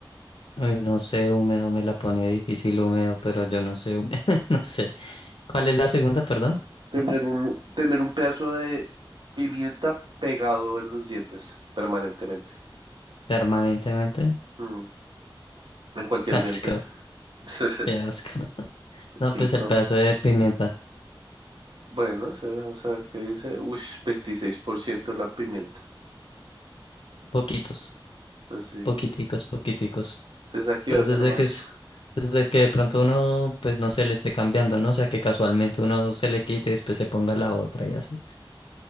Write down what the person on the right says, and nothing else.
Tener un, tener un pedazo de pimienta pegado en los dientes permanentemente.
Mm, en
cualquier
diente. <laughs>
Qué
incómodo.
Bueno, sí, vamos a ver qué dice. Uy, 26% la pimienta.
Pues sí.
Pensé que
va a
ser más.
<laughs>